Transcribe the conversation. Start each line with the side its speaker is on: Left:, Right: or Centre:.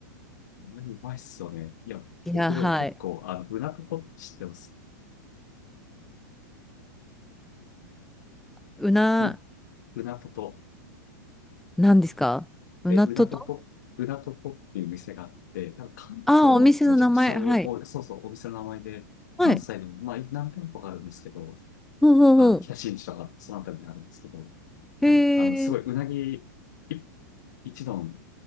Left: うまいっすよね。いや、
Centre: いや、
Left: 僕でも結構、
Centre: はい。
Left: あの、うなとぽって知ってます。
Centre: うな、
Left: うん、うなとと。
Centre: なんですかうなとと
Left: え、うなとぽ、うなとぽっていう店があって、多分関東めちゃくちゃ多い、
Centre: ああー、お店の名前。はい。
Left: 多いそうそう、お店の名前で、関西でも、
Centre: はい。
Left: まあ、何店舗かあるんですけど、
Centre: ほうほうほ
Left: あの、北新地とか、そのあたりにあるんですけど、
Centre: う。
Left: うあの、
Centre: へ
Left: すごい、
Centre: え。
Left: うなぎ、い一丼、